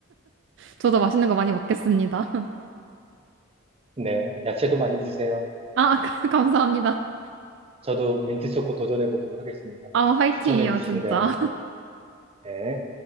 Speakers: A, on the right; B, on the right.
A: 저도 맛있는 거 많이 먹겠습니다. <laughs>
B: 네. 야채도 많이 드세요.
A: 아, <laughs> 감사합니다.
B: 저도 민트초코 도전해보도록 하겠습니다.
A: 아, 화이팅이요,
B: 추천해주신
A: 진짜.
B: 대로. 네.